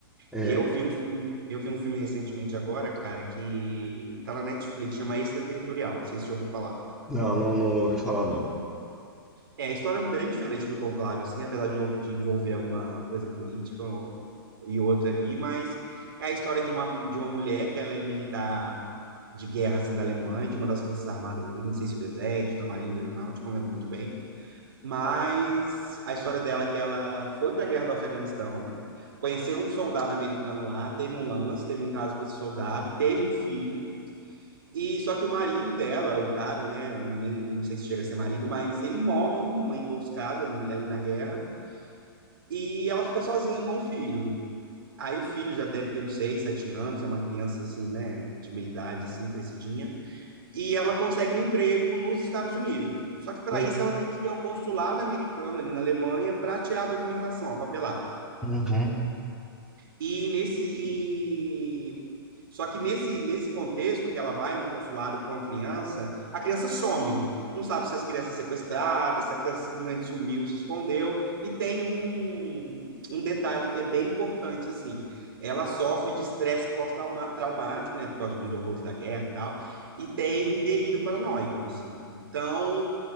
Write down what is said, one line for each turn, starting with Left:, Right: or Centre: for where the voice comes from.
Centre: É,
Right: Eu vi um filme, eu vi um filme recentemente agora, cara, que tá na Netflix, chama Extraterritorial, não sei se você já ouviu falar.
Centre: não, não, não ouvi falar, não.
Right: É, a história é bem diferente do Conclave, assim, apesar de, de envolver alguma coisa política e outra ali, mas é a história de uma, de uma mulher que ela é militar de guerra, assim, da Alemanha, de uma das forças armadas ali, não sei se do exército, da marinha, da aeronáutica, não lembro muito bem. Mas a história dela é que ela foi para a guerra do Afeganistão, conheceu um soldado americano lá, teve um lance, teve um caso com esse soldado, teve um filho. E só que o marido dela, o cara, né, nem não sei se chega a ser marido, mas ele morre numa emboscada né, ali na guerra e ela fica sozinha com o filho. Aí o filho já deve ter uns 6 7 anos, é uma criança assim, né, de meia idade assim, crescidinha e ela consegue um emprego nos Estados Unidos. Só que para
Centre: Mas.
Right: isso ela tem que ir ao consulado americano ali na Alemanha para tirar a documentação, a papelada.
Centre: Uhum.
Right: E nesse e só que nesse, nesse contexto que ela vai no consulado com a criança, a criança some. Não sabe se as crianças sequestradas, se a criança simplesmente sumiu, se escondeu. E tem um, um detalhe que é bem importante, assim. Ela sofre de estresse pós-traumático, né? Por causa dos horrores da guerra e tal. E tem delírio paranoico, assim. Então,